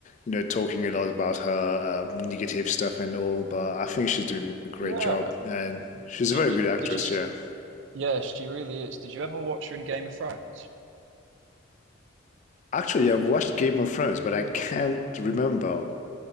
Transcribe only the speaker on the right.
yeah.
Did
you
did you
Yeah, she really is. Did you ever watch her in Game of Thrones?